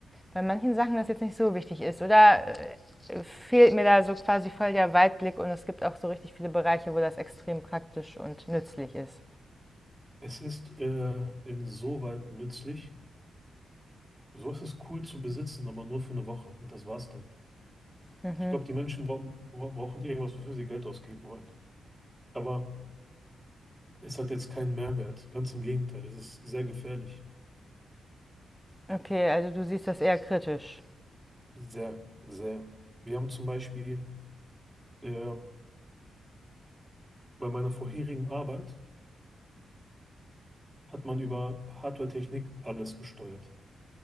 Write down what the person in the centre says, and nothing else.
bei manchen Sachen das jetzt nicht so wichtig ist. Oder äh, fehlt mir da so quasi voll der Weitblick und es gibt auch so richtig viele Bereiche, wo das extrem praktisch und nützlich ist.
Mhm.
Okay, also du siehst das eher kritisch.